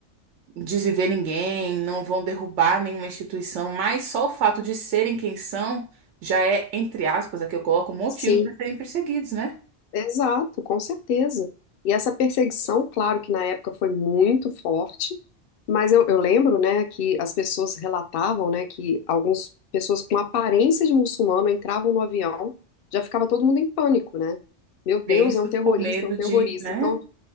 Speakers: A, on the right; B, on the left.
A: desviver ninguém, não vão derrubar nenhuma instituição, mas só o fato de serem quem são já é, entre aspas, aqui eu coloco, um motivo
B: Sim.
A: para serem perseguidos, né?
B: Exato, com certeza. E essa perseguição, claro que na época foi muito forte, mas eu, eu lembro, né, que as pessoas relatavam, né, que algumas pessoas com aparência de muçulmano entravam no avião, já ficava todo mundo em pânico, né? Meu Deus,
A: Penso
B: é um terrorista,
A: com medo
B: é um terrorista.
A: de, né?
B: Então,